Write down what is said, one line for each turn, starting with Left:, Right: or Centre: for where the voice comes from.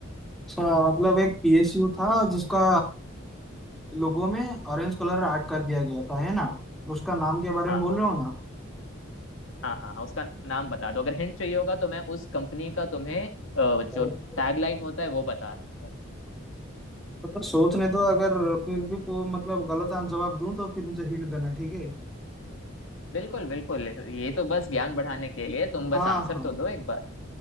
Centre: अच्छा, मतलब एक पीएसयू था जिसका लोगो में ऑरेंज कलर ऐड कर दिया गया था है ना उसका नाम के बारे
Left: हाँ
Centre: में बोल रहे हो ना
Left: हाँ हाँ हाँ उसका नाम बता दो अगर हिंट चाहिए होगा तो मैं उस कंपनी का तुम्हें अ, जो
Centre: ओके
Left: टैगलाइन होता है वो बताता हूँ
Centre: मतलब सोचने दो अगर फिर भी को मतलब गलत आंसर जवाब दूं तो फिर मुझे हिंट देना ठीक है
Left: बिल्कुल बिल्कुल ये तो बस ज्ञान बढ़ाने के लिए तुम
Centre: हाँ
Left: बस आंसर
Centre: हाँ
Left: तो दो एक बार